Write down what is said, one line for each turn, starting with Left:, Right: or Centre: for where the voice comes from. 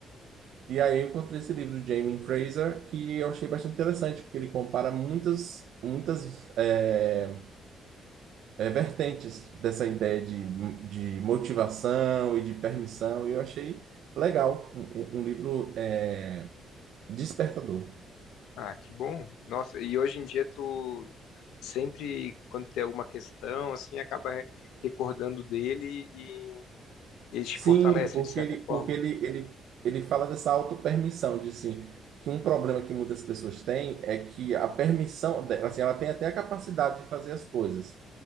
Right: E aí eu encontrei esse livro do Jamie Fraser que eu achei bastante interessante, porque ele compara muitas, muitas é, é, vertentes dessa ideia de, de motivação e de permissão, e eu achei legal, um, um livro é, despertador.
Left: Ah, que bom. Nossa, e hoje em dia tu sempre quando tem alguma questão, assim, acaba re- recordando dele e ele te
Right: Sim,
Left: fortalece
Right: porque
Left: de certa
Right: ele,
Left: forma.
Right: porque ele, ele, ele fala dessa autopermissão, de assim, que um problema que muitas pessoas têm é que a permissão, dela, assim, ela tem até a capacidade de fazer as coisas,